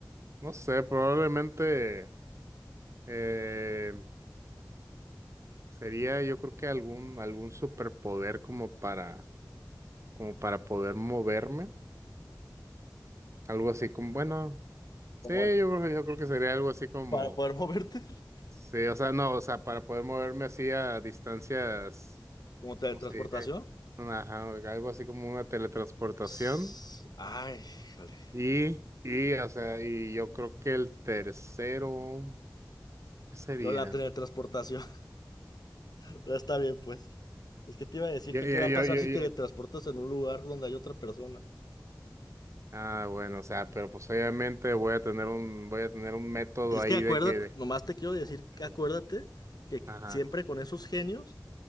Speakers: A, on the right; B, on the left.
A: no sé, probablemente eh, sería yo creo que algún, algún superpoder como para, como para poder moverme. Algo así como, bueno,
B: Como
A: sí, yo
B: el-
A: creo, yo creo que sería algo así como,
B: para poder moverte. <laughs>
A: sí, o sea, no, o sea, para poder moverme así a distancias,
B: Como teletransportación.
A: ¿cómo se dice? Una- ajá, algo así como una teletransportación.
B: Ps, Ay, híjole.
A: Y, y, o sea, y yo creo que el tercero, ¿qué sería?
B: Lo de la teletransportación, <laughs> pero está bien, pues. Es que te iba a decir
A: Yo,
B: que
A: yo,
B: qué va a
A: yo,
B: pasar
A: yo,
B: si
A: yo-
B: teletransportas en un lugar donde hay otra persona.
A: Ah, bueno, o sea, pero pues obviamente voy a tener un, voy a tener un método
B: Es
A: ahí
B: que acuérdate,
A: de que de-
B: nomás te quiero decir
A: Ok,
B: que acuérdate
A: la-
B: que
A: Ajá,
B: siempre con esos genios